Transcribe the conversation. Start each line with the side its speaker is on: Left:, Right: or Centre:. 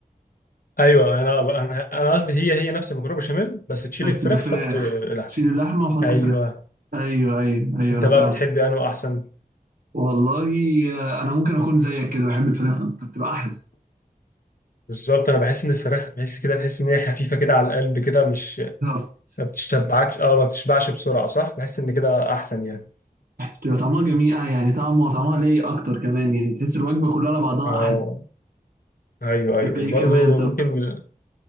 Left: ايوه انا انا انا قصدي هي هي نفس المكرونه بشاميل بس تشيل
Right: بس
Left: الفراخ
Right: بفراخ
Left: تحط لحمه
Right: شيل اللحمه وحط
Left: ايوه
Right: فراخ ايوه ايوه ايوه
Left: انت
Right: انا
Left: بقى
Right: فاهم
Left: بتحب انه احسن
Right: والله آه، انا ممكن اكون زيك كده بحب الفراخ اكتر بتبقى احلى
Left: بالظبط انا بحس ان الفراخ تحس كده تحس ان هي خفيفه كده على القلب كده مش
Right: بالظبط.
Left: ما بتشبعكش اه ما بتشبعش بسرعه صح بحس ان كده احسن يعني
Right: بحس بتبقى طعمها جميل آه، يعني طعمه طعمها ليا اكتر كمان يعني تحس الوجبه كلها على بعضها
Left: اه
Right: احلى
Left: ايوه ايوه
Right: تحب ايه
Left: برضو
Right: كمان طب
Left: ممكن